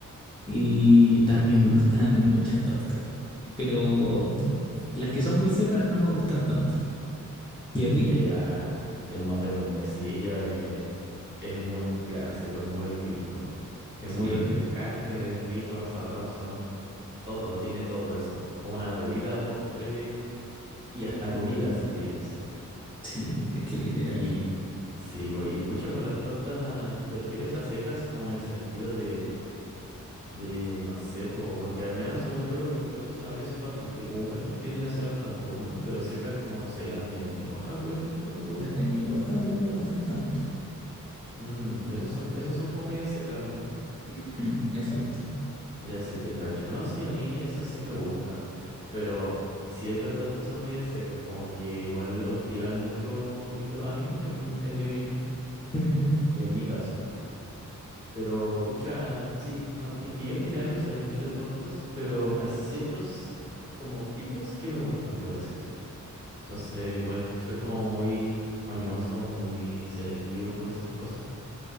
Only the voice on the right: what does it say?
Ujú.
Es
que ah, el mote con huesillo es, es muy clásico, es muy rico. Es
muy refrescante, es rico, sabroso, todo, tiene todo eso. Como una bebida, postre y hasta comida, si querías, sí.
Y sí, pues, y pucha, con las tortas, ¿te refieres a secas como en el sentido de De, no sé, po, porque al menos según yo los bizcochos de zanahoria son bastante como húmedos, tienden a ser bastante húmedos, pero secas como, no sé, las de Miloja, por ejemplo, ¿no te gustan?
Mm, esas son, esas son como medias secas, ¿no?
Ya sí te cacho. No, sí, a mí esas sí me gustan, pero sí es verdad que son medias secas, como que igual hostigan mucho un poquito a mí, en, en mi opinión,
y en mi caso. Pero, pucha, sí, no, es que yo en general no soy mucho de tortas, pero hay ciertos como tipos que me gustan, por así decirlo. Entonces, igual es- soy como muy mañoso, muy selectivo con esas cosas.